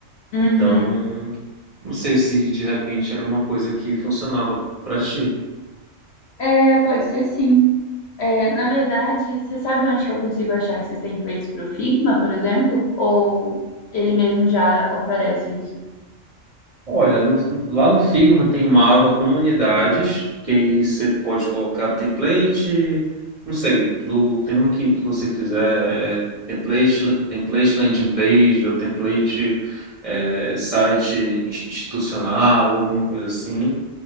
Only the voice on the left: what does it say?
Uhum.
É, pode ser sim. É, na verdade, você sabe onde que eu consigo achar esses templates para o Figma, por exemplo? Ou ele mesmo já oferece isso?